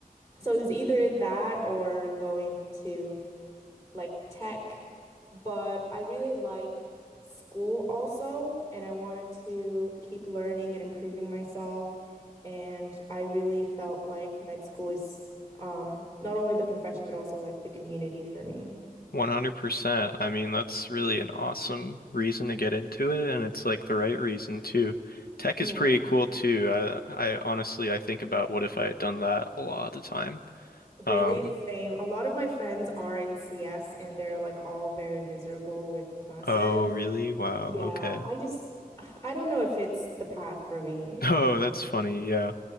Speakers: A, on the left; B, on the left.
A: so it was either that or going to like tech. But I really like school also. And I wanted to keep learning and improving myself. And I really felt like med school is um, not only the profession, but also like the community for me.
B: 100%. I mean, that's really an awesome reason to get into it, and it's like the right reason too. Tech
A: Yeah.
B: is pretty cool too. I I honestly I think about what if I had done that a lot of the time.
A: Really,
B: Um,
A: same. A lot of my friends are in CS and they're like all very miserable with classes.
B: oh, really? Wow,
A: Yeah,
B: okay.
A: I just,
B: <laughs>
A: I don't know if it's the path for me.
B: Oh, that's funny. Yeah.